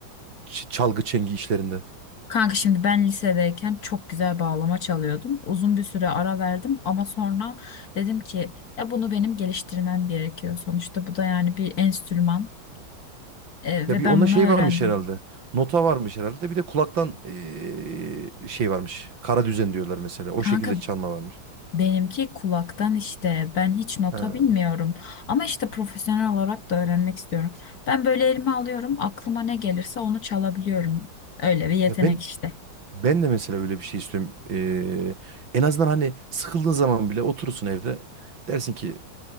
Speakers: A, on the right (about 65°); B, on the left (about 55°).
A: ç- çalgı çengi işlerinde.
B: Kanka şimdi ben lisedeyken çok güzel bağlama çalıyordum. Uzun bir süre ara verdim ama sonra dedim ki ya bunu benim geliştirmem gerekiyor. Sonuçta bu da yani bir enstrüman e,
A: Ya
B: ve
A: bir
B: ben
A: onda
B: bunu
A: şey
B: öğrendim.
A: varmış herhalde. Nota varmış herhalde. Bir de kulaktan eee, şey varmış. Kara düzen diyorlar mesela. O
B: Kanka
A: şekilde çalma varmış.
B: Benimki kulaktan işte. Ben hiç nota
A: Ha.
B: bilmiyorum. Ama işte profesyonel olarak da öğrenmek istiyorum. Ben böyle elime alıyorum. Aklıma ne gelirse onu çalabiliyorum. Öyle bir yetenek
A: Ya ben
B: işte.
A: ben de mesela öyle bir şey istiyorum. Eee, en azından hani sıkıldığın zaman bile oturursun evde. Dersin ki